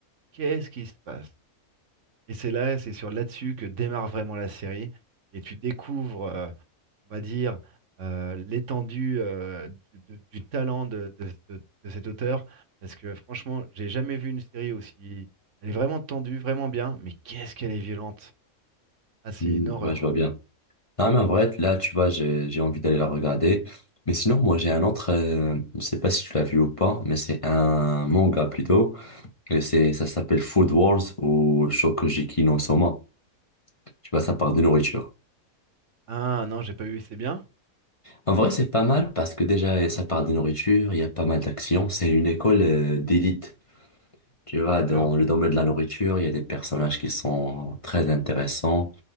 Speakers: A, on the right; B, on the left.
A: qu'est-ce qui se passe? Et c'est là, c'est sur là-dessus que démarre vraiment la série. Et tu découvres, euh, on va dire, euh, l'étendue euh, du, de- du talent de, de ce- de cet auteur. Parce que franchement, j'ai jamais vu une série aussi. Elle est vraiment tendue, vraiment bien. Mais qu'est-ce qu'elle est violente. Ah, c'est
B: Hum,
A: une horreur.
B: Ouais, je vois bien. Ah, mais en vrai, là, tu vois, j'ai j'ai envie d'aller la regarder. Mais sinon, moi, j'ai un autre, euh, je sais pas si tu l'as vu ou pas, mais c'est un manga plutôt. Et c'est, ça s'appelle Food Wars ou Shokugeki no Soma. Tu vois, ça parle de nourriture.
A: Ah non, j'ai pas eu, c'est bien?
B: En vrai, c'est pas mal parce que déjà, eh, ça part de nourriture, il y a pas mal d'actions. C'est une école euh, d'élite. Tu vois,
A: D'accord.
B: dans le domaine de la nourriture, il y a des personnages qui sont très intéressants.